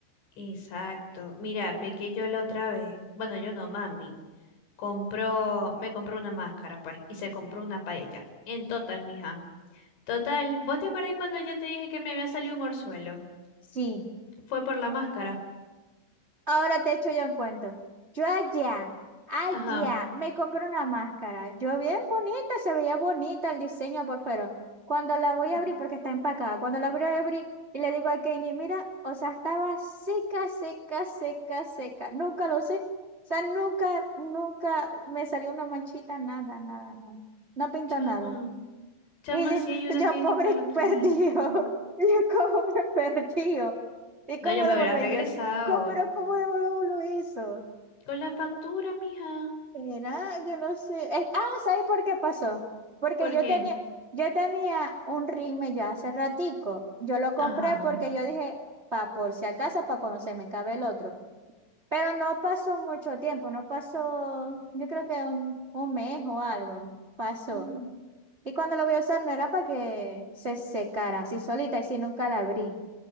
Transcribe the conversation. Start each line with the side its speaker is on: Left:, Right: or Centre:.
Left: exacto. Mira, pequé yo la otra vez. Bueno, yo no, mami. Compró, me compró una máscara, pues, y se compró una paella. En total, mija. Total, ¿vos te acordás cuando yo te dije que me había salido un orzuelo?
Right: Sí,
Left: Fue por la máscara.
Right: ahora te echo yo un cuento. Yo allá, allá,
Left: Ajá.
Right: me compré una máscara. Yo bien bonita, se veía bonita el diseño por fuera. Cuando la voy a
Left: Mm.
Right: abrir, porque está empacada, cuando la voy a abrir y le digo a Kenny, mira, o sea, estaba seca, seca, seca, seca. Nunca lo sé. O sea, nunca, nunca me salió una manchita, nada, nada, no. No pintó
Left: Chama.
Right: nada.
Left: Chama,
Right: Y yo,
Left: sí hay unas
Right: yo,
Left: que vienen
Right: pobre
Left: maluquísimo.
Right: perdido, <laughs> y yo como que perdido. ¿Y
Left: No,
Right: cómo
Left: yo
Right: devolver
Left: me hubiera regresado.
Right: yo eso? ¿Cómo- pero cómo devolver lo hizo?
Left: Con la factura, mija.
Right: Era, yo no sé. Eh, ah, ¿sabes por qué pasó? Porque
Left: ¿Por
Right: yo
Left: qué?
Right: tenía, yo tenía un ritme ya hace ratico. Yo lo compré
Left: Ajá.
Right: porque yo dije, pa, por si acaso, para cuando se me cabe el otro. Pero no pasó mucho tiempo, no pasó, yo creo que un, un mes o algo pasó.
Left: Ujú.
Right: Y cuando la voy a usar no era para que se secara así solita y si nunca la abrí.